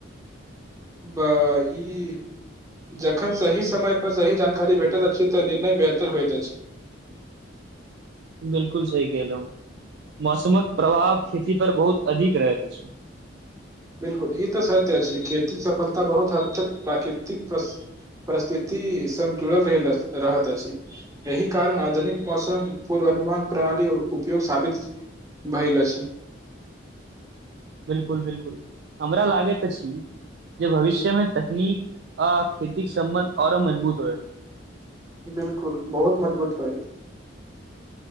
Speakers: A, on the right (about 15°); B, on the right (about 60°).
A: ब हि <unintelligible> जखन सही समय पर सही जानकारी भेटैत अछि तऽ निर्णय बेहतर होइत अछि।
B: बिल्कुल सही कहलहुं, मौसमक प्रभाव खेती पर बहुत अधिक रहैत अछि।
A: बिलकुल, ई तऽ सत्य अछि खेतिक सफलता बहुत हद तक प्राकृतिक परि परिस्थिति संग जुड़ल रहेल रहैत अछि। यहि कारण आधुनिक मौसम पूर्वानुमान प्रणाली उपयोगी साबित भैल अछि।
B: बिलकुल बिलकुल, हमरा लागैत अछि जे भविष्य में तकनीक आ खेती के सम्बन्ध औरो मजबूत होएत।
A: बिल्कुल, बहुत मजबूत होयत।